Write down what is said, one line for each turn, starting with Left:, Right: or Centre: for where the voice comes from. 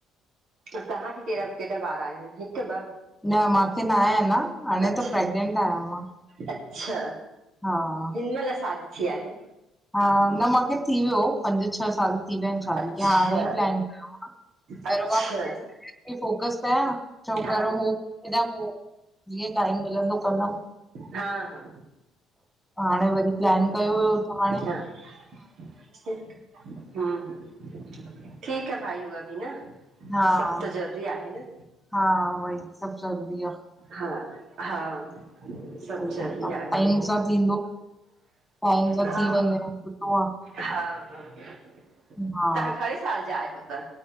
Right: तव्हांखे कहिड़ा केतरा ॿार आहिनि हिकु ॿ?
Centre: न मांखे न आहिय न हाणे
Right: अच्छा
Centre: त प्रेग्नेंट आहियां मां।
Right: अच्छा
Centre: हां
Right: हिनमहिल सादी थी आहें?
Centre: हां न माखें थी वियो हो पंज छह साल थी विया आहिनि शादी
Right: अच्छा
Centre: खे हाणे प्लान कयो न।
Right: अच्छा
Centre: पैरू मां <inaudible> फोकस कयां छो
Right: हा
Centre: करू हो हेंॾा पो जीअं टाइम मिलंदो कंदमि।
Right: हां हां
Centre: हाणे वरी प्लान कयो हुयो त हाणें
Right: हां ठीक आ। हम्म हूं ठीकु आहें भाई हू भी न।
Centre: हां
Right: सभु त ज़रूरी आहे न
Centre: हां वई सभु ज़रूरी आ।
Right: हा हा सभ
Centre: सही
Right: ज़रूरी
Centre: ॻाल्हि आ,
Right: आहे।
Centre: टाइम सां थींदो टाइम सां
Right: हा
Centre: थी
Right: हा
Centre: वञे सुठो आ।
Right: हा तव्हां
Centre: हा,
Right: घणे साल जा आहियो त?